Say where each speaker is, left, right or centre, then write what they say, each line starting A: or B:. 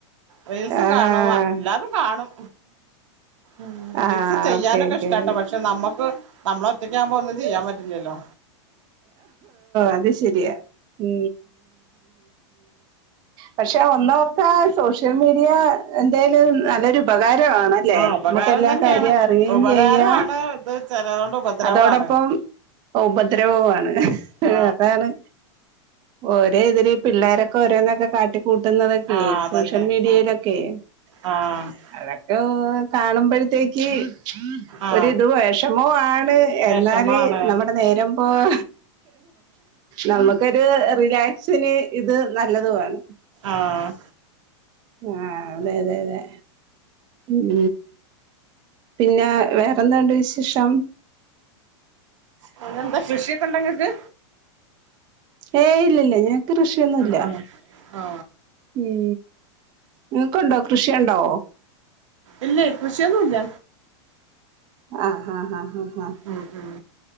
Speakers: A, on the right; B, on the right.
A: റീൽസ്
B: ആഹ്
A: കാണുംല്ലാതും കാണും ഉ
B: ആഹ്
A: വിൽസ് ചെയ്യാനൊക്കെ
B: ഓക്കെ ഓക്കെ
A: ഇഷ്ടട്ടോ പക്ഷെ നമ്മുക്ക് നമ്മള ഒറ്റക്ക ആകുമ്പോ
B: ഓക്കെ
A: ഒന്നും ചെയ്യാൻ പറ്റില്ലല്ലോ
B: അത് ശരിയാ ഉ പക്ഷെ ഒന്നൊക്ക സോഷ്യൽ മീഡിയ എന്തൽ നല്ലൊരു ഉപകാര ണല്ലേ
A: ആ ഉപകാരം
B: നമുക്ക് എല്ലാ
A: തന്നെയാണ്
B: കാര്യവും അറിയുകയും
A: ഉപകാരമാണ്
B: ചെയ്യാം
A: ഇത് ചിലതുകൊണ്ട് ഉപദ്രവമാണ്
B: അതോടൊപ്പം ഉപദ്രവമാണ്
A: ആ
B: അതാണ് ഒരേ ഇതില പിള്ളോരൊക്കെ ഓരോന്നക്കെ കാട്ട കൂട്ടുന്നതൊക്കെ
A: ആ അതന്നെ
B: സോഷ്യൽ മീഡിയയിലൊക്കെ
A: ആ ആ
B: അതൊക്കെ കാണുമ്പോഴത്തേക്ക്
A: ആ
B: ഒരിത് വിഷമോ മാണ് എന്നാല്
A: വിഷമാണ്
B: നമ്മ നേരം പോവാ നമുക്കൊരു റിലേ സിന് ഇത് നല്ലതുമാണ്
A: ആഹ
B: ആഹ അതെ അതെ അതെ ഉം പിന്നെ വേറെന്തണ്ട് വിശേഷം
A: പിന്നെന്താ കൃഷിയൊക്കെ ഉണ്ടോ ങ്ങക്ക്
B: ഏ ഇല്ലല്ല ഞക്ക് കൃഷിയൊന്നുംല്ല
A: ആ ആ ആ
B: ഉ നിങ്ങക്കുണ്ടോ കൃഷിയുണ്ടോ
A: ഇല്ലേ കൃഷിയൊന്നുംല്ല
B: ആഹ് ആഹ് ആഹ് ഹഹ
A: ഉം ഉം